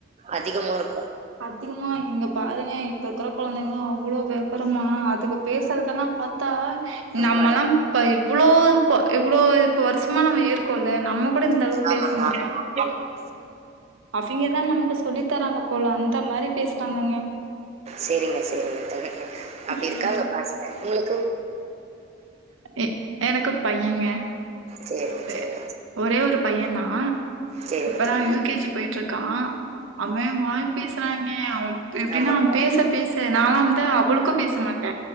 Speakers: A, on the right; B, on the right.
A: அதிகமா இருக்கு
B: அதிகமா இங்க பாருங்க இப்ப இருக்குற குழந்தைங்களா அவ்ளோ வெவரமா அதுக பேசுறதெல்லா பாத்தா நம்மல்லாம்
A: ஆமாங்க
B: இப்ப இவ்வளோ ப இவ்வளோ இப்ப வருஷமா நம்ம இருக் கோள்ள நம்ம கூட இந்த அளவுக்
A: ஆமாங்க.
B: பேச மாட்டோம் அவிங்கதா நமக்கு சொல்லி த்தராங்க போல அந்த மாரி பேஸ்றாங்கங்க
A: சேரிங்க சேரிங்க தோழி அப்படி
B: ம்
A: இருக்காங்க பசங்க உங்களுக்
B: எ எனக்கு பையங்க
A: சரிங்க,
B: எ
A: சரிங்க.
B: ஒரே ஒரு பைய தா
A: சரிங்க
B: இப்பதா
A: தோழி.
B: யு கே ஜி போயிட் ட்ருக்கா அவெ வாய் பேசுறாங்க அவ எப்டின்னா
A: ஆமாங்க.
B: அவ பேச பேச நாலா வந்து அவ்ளோக்கு பேச மாட்ட